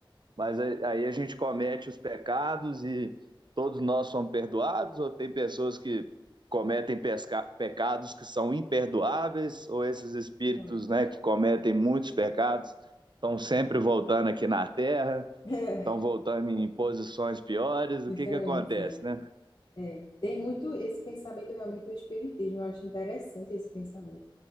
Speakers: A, on the right (about 60°); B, on the left (about 50°).
A: mas aí a gente comete os pecados e todos nós somos perdoados, ou tem pessoas que cometem pesca, pecados que são imperdoáveis, ou esses espíritos,
B: Olha,
A: né? Que cometem muitos pecados estão sempre voltando aqui na Terra,
B: <laughs> é
A: estão voltando em posições piores.
B: diferente
A: O que que acontece,
B: é.
A: né?
B: Tem muito esse pensamento realmente do espiritismo, eu acho interessante esse pensamento,